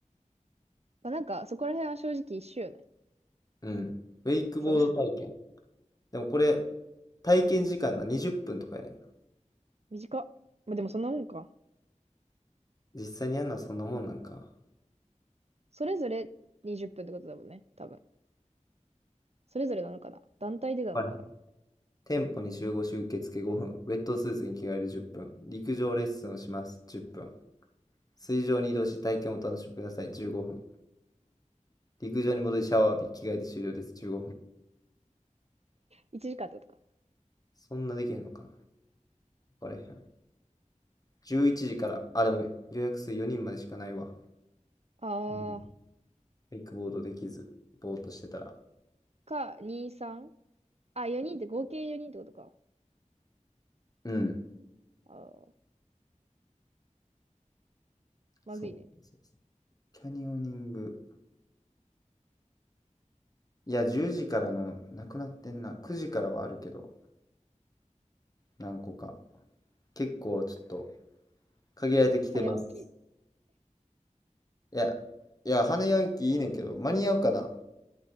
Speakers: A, on the right; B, on the left.
A: まあ、なんか、そこら辺は正直一緒よね。
B: うん。ウェイクボード体験。
A: そう。<laughs>
B: でもこれ、体験時間な、20分とかやねんな。
A: 短っ。まあ、でもそんなもんか。
B: 実際にやるのはそんなもんなんか。
A: それぞれ20分っぷんってことだもんね。多分。それぞれなのかな団体でなのかな
B: はい。店舗に集合し受付5分。ウェットスーツに着替える10分。陸上レッスンをします。10分。水上に移動し体験をお楽しみください。15分。陸上に戻りシャワー浴び、着替えて終了です。15分。
A: ?1 時間ってことか。
B: そんなできへんのかなわかれへん。11時から、あ、でも予約数4人までしかないわ。
A: あー、
B: うん。ウイクボードできず、ぼーっとしてたら。
A: か、2、3? あ、4人って合計4人ってことか。
B: うん。
A: あー、まずいね。
B: そう。そうそうキャニオニング。いや、10時からの、なくなってんな。9時からはあるけど、何個か。結構ちょっと、限られてきてます。
A: 早起き、
B: いや、いや、花屋行きいいねんけど、間に合うかな